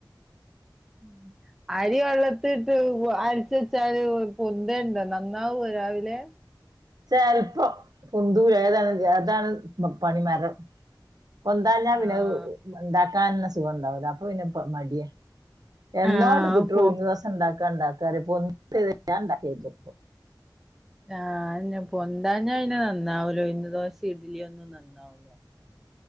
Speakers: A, in the centre; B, on the right (about 55°).
A: ഉം അരി വെള്ളത്തിട്ട് അരിച്ചെച്ചാല് പൊന്തെണ്ടോ നന്നാവൊ രാവിലെ
B: ചെൽപ്പം പൊന്തൂല ഏതാണങ്കി അതാണ് പണിമരം പൊന്താഞ്ഞാ
A: ആഹ്
B: പിന്നെ അഹ്‌ ഇണ്ടാക്കാൻന്നെ സുഖണ്ടാവുല അപ്പൊപിന്നെ മടിയ എന്നോണ്ട്
A: ആഹ്
B: കുട്ട്യള്
A: അത് പോ
B: ഉഴുന്ന്ദോസണ്ടാക്കാ ണ്ടാക്കാറിം പൊന്തു ഞാണ്ടാക്കേല്ല്യ
A: ആഹ് അഹന്നെ പൊന്താഞ്ഞ പിന്നെ നന്നാവുല ഉഴുന്ന്ദോശി ഇഡ്ലി ഒന്നും നന്നാവുല